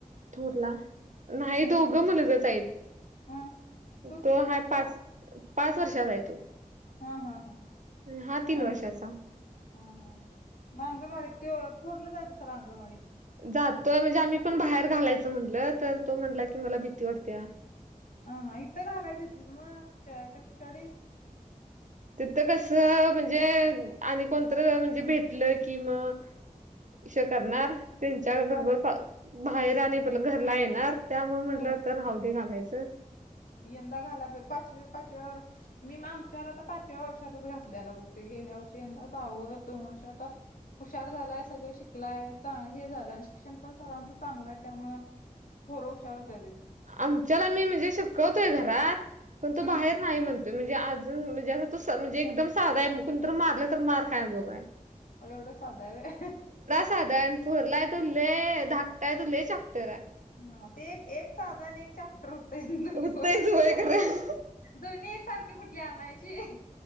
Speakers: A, on the right; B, on the left.
A: थोरला नाही दोघं मुलगच आहेत
B: हा किती
A: तो
B: वर्षाचा
A: हा पाच
B: आहे
A: पाच वर्षाचाय तो
B: हा हा हा.
A: हा तीन
B: आणि
A: वर्षाचा.
B: हा हा मग अंगणवाडीत ते थोडलं जायचं सर अंगणवाडीत.
A: जातोय म्हणजे आम्ही पण बाहेर घालायचं म्हटलं तर तो म्हणला की मला भीती वाटते.
B: हा हा इथं घालायची होतीस मग च च शाडी
A: तिथ कसं म्हणजे आणि कोणतं म्हणजे भेटलं कि म इशो करणार. त्यांच्या बरोबर
B: का
A: बाहेर आणि प घरला येणार त्यामु म्हटलं
B: हा
A: तर हवदी घालायचं.
B: यंदा गाला प पाचवी पाचवी्या वर मी आमच्याला तर पाचव्या वर्षातच घातल्याला बघते गेल्या वर्षी यंदाचवं दोन वर्ष आता. हुशार झालाय सगळं शिकलाय हे झालंय शिक्षण पण सरांचं चांगलं आहे त्यामु होोर हशारला द देते.
A: आमच्याला मी म्हणजे शिककवतोय घरात पण तो
B: हम्म
A: बाहेर. नाही म्हणतोय म्हणजे अजून म्हणजे अस तो म्हणजे एकदम साधा कुणीत मारले तर मार खाय जोगाय
B: एवढं साध आहे.
A: साध थरलाय तो लले धाकटा आहे तले चाकटरय
B: हा ते एक एक साधा आणि एक चॅप्टर होतंय जिंदगीप
A: होतयच होय खरं.
B: दोन्ही सारखे कुठली आणायची.